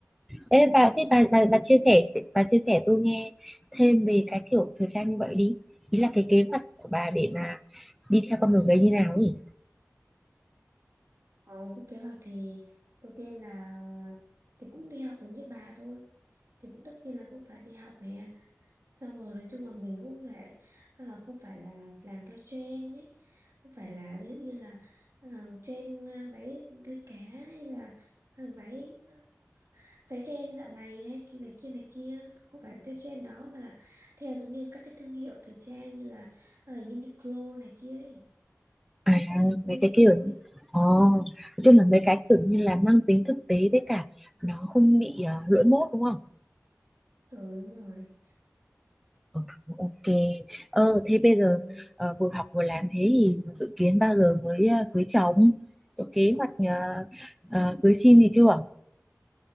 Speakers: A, in the centre; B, on the right.
A: Ê, bà, thế
B: ừ,
A: bà, bà, bà
B: kiểu
A: chia
B: thế
A: sẻ bà chia sẻ tôi nghe thêm về cái kiểu thời trang như vậy đi ý là cái kế hoạch của bà để mà đi theo con đường đấy như nào ấy
B: Ờ, cái kế hoạch thì đầu tiên là thì cũng đi học giống như bà thôi thì cũng tất nhiên là cũng phải đi học nè xong rồi nói chung là mình cũng phải à, không phải là làm theo trend ấy không phải là ví dụ như là uh, trend à, váy đuôi cá hay là à, váy ờ, váy đen dạo này hay kia này kia này kia không phải theo trend đó mà là theo giống như các cái thương hiệu thời trang như là à, Uniqlo này kia ấy
A: à mấy
B: basic
A: cái kiểu
B: thôi
A: Ồ, nói chung là mấy cái
B: Ờ,
A: kiểu như là mang tính thực tế với cả nó không bị ờ, lỗi mốt đúng không
B: ừ đúng rồi.
A: Ờ, Ok. Ờ, thế bây giờ
B: Ừ,
A: ờ, vừa học vừa làm thế thì dự kiến bao giờ mới ờ, cưới chồng? Có kế hoạch ờ, ờ, cưới xin gì chưa?